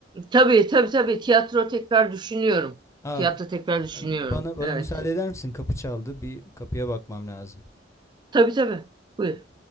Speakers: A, on the right; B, on the left.
A: Tabii tabii tabii. Tiyatro tekrar düşünüyorum.
B: Ah,
A: Tiyatro tekrar düşünüyorum.
B: bana bana
A: Evet.
B: müsaade eder misin? Kapı çaldı. Bir kapıya bakmam lazım.
A: Tabii tabii. Buyur.